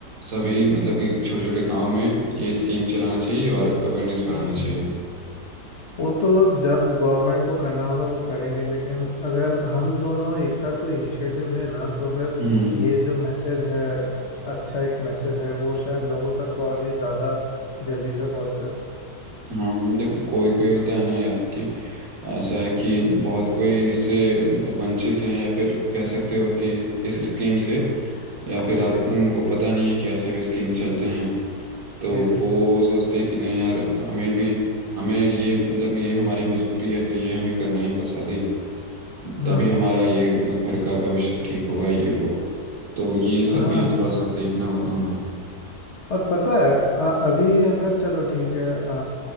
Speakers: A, on the right; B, on the left.
A: सभी मतलब कि छोटे छोटे गांव में ये स्कीम चलाना चाहिए और अवेयरनेस बढ़ानी
B: हम्म।
A: चाहिए
B: वो तो जब गवर्नमेंट को करना होगा वो करेंगे लेकिन अगर हम दोनों एक साथ कोई इनिशिएटिव लें ना तो फिर
A: हम्म
B: ये जो मैसेज है अच्छा एक मैसेज है वो शायद लोगों तक और भी ज़्यादा जल्दी से पहुंचे
A: हाँ मतलब कि कोई कोई होता है ना यार कि ऐसा है कि बहुत कोई इससे मतलब वंचित हैं या फिर कह सकते हो कि इस स्कीम से या फिर
B: जी
A: आप उनको पता नहीं है कि ऐसे भी स्कीम चलते हैं तो
B: जी जी
A: वो सोचते हैं कि नहीं यार हमें भी हमें ये मतलब ये हमारी मजबूरी है तो ये हमें करना ही होगा शादी
B: हाँ
A: तभी हमारा ये घर का भविष्य ठीक होगा ये वो तो ये
B: हाँ
A: सब भी थोड़ा सा देखना होगा हमें
B: और पता है आ, अभी अगर चलो ठीक है आ,